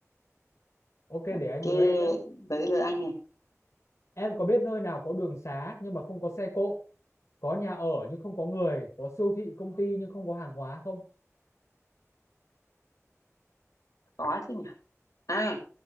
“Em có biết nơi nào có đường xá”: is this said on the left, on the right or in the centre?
Left